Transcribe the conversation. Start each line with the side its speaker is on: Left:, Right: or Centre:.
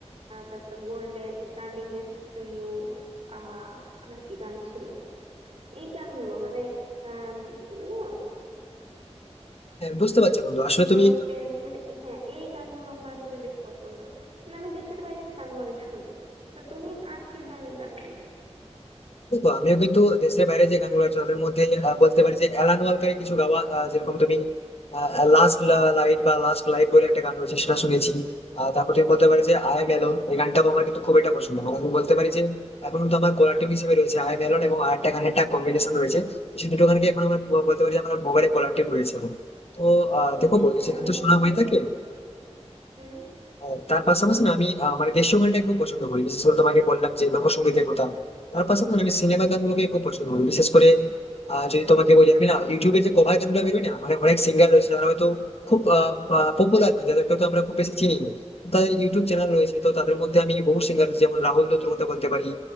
Right: তারপর golden standing next to you আহ আর কি গান ছিল এই গানগুলো মানে আম, কি জানো
Left: হ্যাঁ বুঝতে পারছো বন্ধু
Right: প্লিজ
Left: আসলে
Right: ডোন্ট
Left: তুমি
Right: চেঞ্জ মানে হ্যাঁ এই গানগুলো আমার আসলে বেশ পছন্দ মানে আমি দেশের বাইরের গানও অনেক শুনি তা তুমি আর কি ধরনের গান শুনি
Left: দেখো আমিও কিন্তু দেশের বাইরে যে গানগুলো আছে তাদের মধ্যে আহ, বলতে পারি যে অ্যালান ওয়ালকারের কিছু গাওয়া আহ, যেরকম তুমি লাস্ট লাইট বা লাস্ট লাইট বলে একটা গান রয়েছে সেটা শুনেছি আহ, তারপর তুমি বলতে পারি যে আই এম অ্যালোন এই গানটাও আমার কিন্তু খুব একটা পছন্দ মানে আমি বলতে পারি যে এখন তো আমার কোলার টিউন হিসেবে রয়েছে আই এম অ্যালোন এবং আর একটা গানের একটা কম্বিনেশন রয়েছে তো সেই দুটো গানকে এখন আমার বলতে পারি যে আমার মোবাইলে কোলার টিউন রয়েছে তো আহ, দেখো
Right: হ্যাঁ
Left: বলছি
Right: হ্যাঁ
Left: গান
Right: মানে
Left: তো শোনা
Right: তুমি
Left: হয়ে
Right: যে
Left: থাকে
Right: হুম
Left: ও, তার পাশাপাশি না আমি আহ, মানে দেশীয় গানটাকে খুব পছন্দ করি বিশেষ করে তোমাকে বললাম যে লোকসঙ্গীতের কথা তার পাশাপাশি না আমি সিনেমা গানগুলোকে খুব পছন্দ করি বিশেষ করে আহ, যদি তোমাকে বলি আমি না ইউটিউবে যে কভার গানগুলো বেরোয় না মানে অনেক সিঙ্গার রয়েছে যারা হয়তো খুব পপুলার নয় যাদেরকে তো আমরা খুব বেশি চিনি না তাদের ইউটিউব চ্যানেল রয়েছে তো তাদের মধ্যে আমি বহু সিঙ্গার যেমন রাহুল দত্তর কথা বলতে পারি